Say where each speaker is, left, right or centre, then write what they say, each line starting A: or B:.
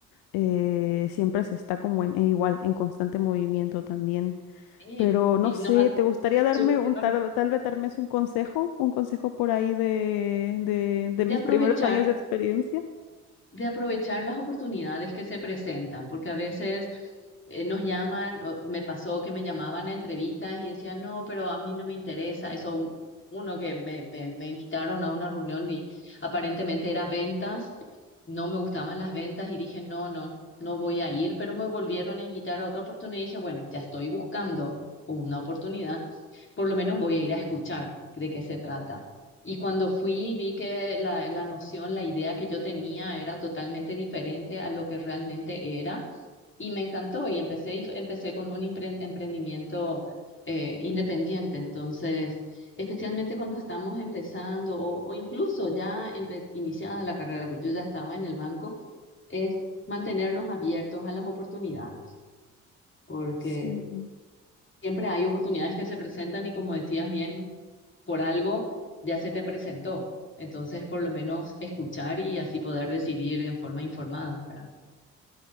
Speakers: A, on the left (about 70°); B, on the left (about 30°).
A: eh, siempre se está como en, en igual, en constante movimiento también.
B: Sí,
A: Pero no
B: y
A: sé,
B: nos a-
A: ¿te gustaría darme
B: surgieron
A: un, tal, tal vez darme un consejo, un consejo por ahí de, de, de
B: de
A: mis
B: aprovechar
A: primeros años de experiencia?
B: de aprovechar las oportunidades que se presentan, porque a veces eh, nos llaman, o me pasó que me llamaban a entrevistas y decían, no, pero a mí no me interesa, eso un- uno que me, me, me invitaron a una reunión y aparentemente era ventas, no me gustaban las ventas y dije, no, no, no voy a ir, pero me volvieron a invitar a otra oportunidad y dije, bueno, ya estoy buscando una oportunidad por lo menos voy a ir a escuchar de qué se trata. Y cuando fui, vi que la, la noción, la idea que yo tenía era totalmente diferente a lo que realmente era y me encantó y empecé, y f- empecé con un empre- emprendimiento eh, independiente. Entonces, especialmente cuando estamos empezando o, o incluso ya empe- iniciada la carrera, pues yo ya estaba en el banco, es mantenernos abiertos a las oportunidades, porque
A: Sí.
B: siempre hay oportunidades que se presentan y como decías bien, por algo ya se te presentó. Entonces, por lo menos escuchar y así poder decidir en forma informada, ¿verdad?